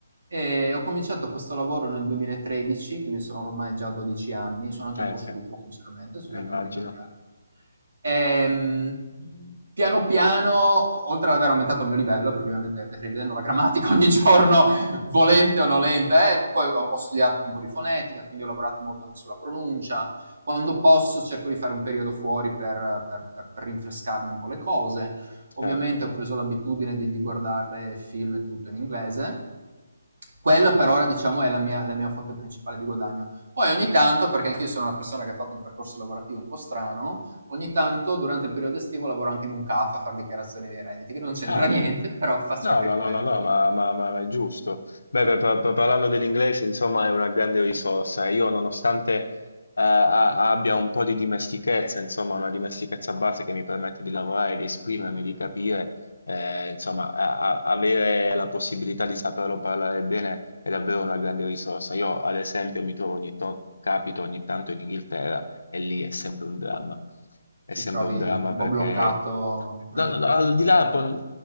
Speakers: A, on the right; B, on the left.
A: e ho cominciato questo lavoro nel 2013, quindi sono ormai già 12 anni, sono anche
B: Eh
A: un po'
B: sì,
A: stufo sinceramente, sto cercando
B: immagino,
A: di cambiare. Ehm, piano piano, o oltre ad aver aumentato il mio livello, perché ovviamente rivedendo la grammatica ogni giorno, volente o nolente, eh, poi ho, ho studiato anche un po' di fonetica, quindi ho lavorato molto anche sulla pronuncia. Quando posso cerco di fare un periodo fuori per, per- per- per rinfrescarmi un po' le cose.
B: certo.
A: Ovviamente ho preso l'abitudine di, di guardare film e tutto in inglese. Quella per ora, diciamo, è la mia, la mia fonte principale di guadagno. Poi ogni tanto, perché anch'io sono una persona che ha fatto un percorso lavorativo un po' strano, ogni tanto durante il periodo estivo lavoro anche in un CAF a F a fare dichiarazioni dei redditi, che non c'entra
B: Ah,
A: niente, <laughs> però faccio
B: No,
A: anche
B: no,
A: quello.
B: no, no, no, ma, ma- ma- ma è giusto. Beh, per- per- per- parlando dell'inglese, insomma, è una grande risorsa. Io, nonostante eh, a- abbia un po' di dimestichezza, insomma, una dimestichezza base che mi permette di lavorare, di esprimermi, di capire, eh, insomma, a- a- avere la possibilità di saperlo parlare bene è davvero una grande risorsa. Io, ad esempio, mi trovo ogni to- capito ogni tanto in Inghilterra e lì è sempre un dramma. È
A: Ti
B: sempre
A: trovi
B: un dramma
A: un po'
B: perché,
A: bloccato.
B: no,
A: eh.
B: no, no, al di là, pon-